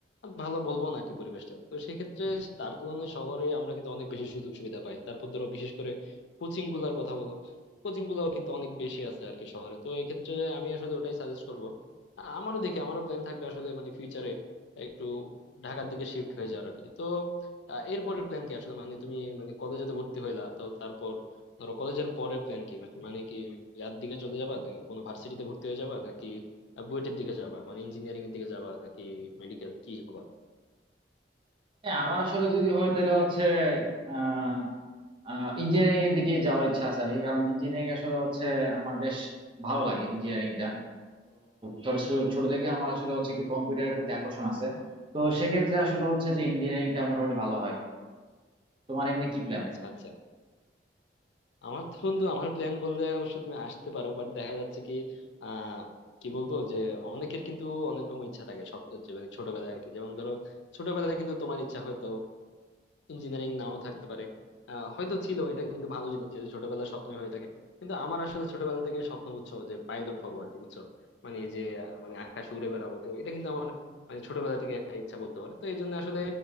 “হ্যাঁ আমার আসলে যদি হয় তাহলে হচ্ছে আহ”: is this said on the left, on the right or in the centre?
Right